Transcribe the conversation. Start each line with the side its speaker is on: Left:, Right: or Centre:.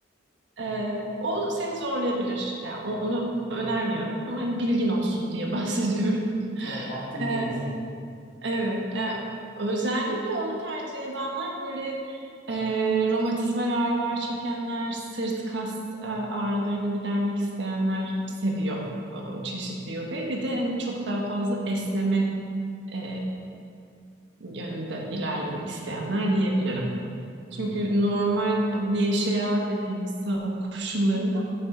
Right: E, o seni zorlayabilir. Yani o- onu önermiyorum ama hani bilgin olsun diye <laughs> bahsediyorum.
Left: Tamam aklımda
Right: E,
Left: bulunsun.
Right: Evet. E, özellikle onu tercih edenler böyle e, romatizmal ağrılar çekenler, sırt kas e, ağrılarını gidermek isteyenler seviyor o, o çeşit bir yogayı. Bir de hani çok daha fazla esneme e, yönünde ilerlemek isteyenler diyebilirim.
Left: Hı.
Right: Çünkü normal e, neşea dediğimiz hava koşullarında